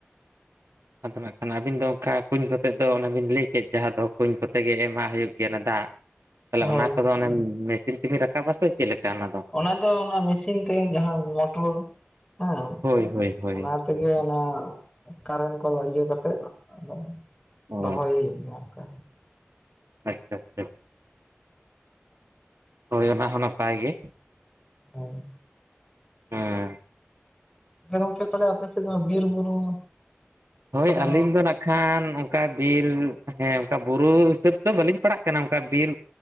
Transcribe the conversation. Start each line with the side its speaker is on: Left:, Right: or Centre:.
Right: ᱟᱫᱚ ᱱᱟᱜ ᱠᱷᱟᱱ ᱟᱹᱵᱤᱱ ᱫᱚ ᱚᱱᱠᱟ ᱠᱩᱧ ᱠᱚᱛᱮ ᱫᱚ ᱚᱱᱟ ᱵᱤᱱ ᱞᱟᱹᱭ ᱠᱮᱫ ᱡᱟᱦᱟᱸ ᱫᱚ ᱠᱩᱧ ᱠᱚᱛᱮ ᱜᱮ ᱮᱢᱟ ᱦᱳᱭᱳᱜ ᱜᱮᱭᱟ ᱚᱱᱟ ᱫᱟᱜ᱾ ᱛᱟᱦᱚᱞᱮ
Centre: ᱦᱳᱭ
Right: ᱚᱱᱟ ᱠᱚᱫᱚ ᱚᱱᱮ ᱢᱮᱥᱤᱱ ᱛᱮᱵᱤᱱ ᱨᱟᱠᱟᱵᱟ ᱥᱮ ᱪᱮᱫᱮᱠᱟ ᱚᱱᱟ ᱫᱚ?
Centre: ᱚᱱᱟ ᱫᱚ ᱚᱱᱟ ᱢᱮᱥᱤᱱ ᱛᱮ ᱡᱟᱦᱟᱸ ᱢᱚᱴᱚᱨ ᱦᱮᱸ
Right: ᱦᱳᱭ ᱦᱳᱭ ᱦᱳᱭ
Centre: ᱚᱱᱟ
Right: ᱟᱪᱪᱷᱟ
Centre: ᱛᱮᱜᱮ ᱚᱱᱟ
Right: ᱟᱪᱪᱷᱟ
Centre: ᱠᱟᱨᱮᱱ ᱠᱚ ᱤᱭᱟᱹ ᱠᱟᱛᱮᱫ ᱟᱫᱚ
Right: ᱚ
Centre: ᱨᱚᱦᱚᱭ ᱦᱳᱭᱳᱜ ᱜᱮᱭᱟ ᱚᱱᱠᱟ᱾
Right: ᱟᱪᱪᱷᱟᱻᱟᱪᱪᱷᱟᱻ᱾ ᱦᱳᱭ ᱚᱱᱟ ᱦᱚᱸ ᱱᱟᱯᱟᱭ ᱜᱮ
Centre: ᱦᱚᱭ
Right: ᱦᱮᱸ
Centre: ᱜᱚᱝᱠᱮ ᱛᱟᱦᱟᱞᱮ ᱟᱯᱮᱥᱮᱫ ᱫᱚ ᱵᱤᱨᱼ ᱵᱩᱨᱩ
Right: ᱦᱳᱭ
Centre: ᱠᱚᱫᱚ
Right: ᱟᱹᱞᱤᱧ ᱫᱚ ᱱᱟᱜ ᱠᱷᱟᱱ ᱚᱱᱠᱟ ᱵᱤᱨ ᱦᱮᱸ ᱚᱱᱠᱟ ᱵᱩᱨᱩ ᱦᱤᱥᱟᱹᱵ ᱛᱮ ᱵᱟᱹᱞᱤᱧ ᱯᱟᱲᱟᱜ ᱠᱟᱱᱟ ᱚᱱᱠᱟ ᱵᱤᱨ